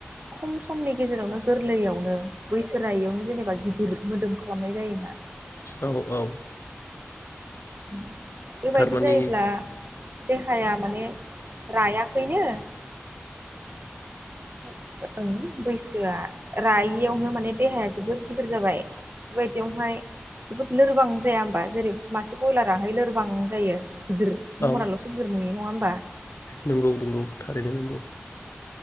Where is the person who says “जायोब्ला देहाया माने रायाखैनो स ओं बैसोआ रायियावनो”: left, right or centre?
Right